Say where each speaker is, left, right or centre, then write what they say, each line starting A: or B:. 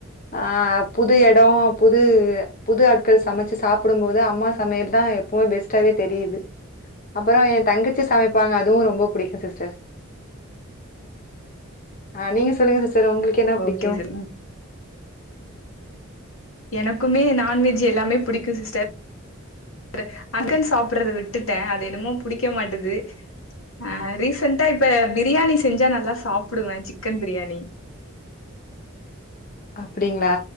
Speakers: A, on the left (about 40°); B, on the left (about 70°).
A: ஆ புது எடோ புது புது ஆட்கள் சமச்சு சாப்டும் போது அம்மா சமையல் தா எப்போவ் பெஸ்ட்டாவே தெரியுது அப்றோ ஏந்தங்கச்சி சமை ப்பாங்க அதுவு ரொம்போ புடிக்கூ சிஸ்டர் ஆ நீங்க சொல்லுங்க சிஸ் டர் உங்களுக்கு என்ன புடிக்கூ
B: ஓகே சிஸ் எனக்குமே நான்வெஜ்ஜி எல்லாமே பிடிக்கூ சிஸ்டர் அங்கன் சாப்ட்றத விட்டுட்டே அது என்னமோ பிடிக்க மாட்டுது அ ரீசென்டா இப்ப பிரியாணி செஞ்சா நல்லா சாப்டுவே சிக்கன் பிரியாணி
A: அப்டிங்ளா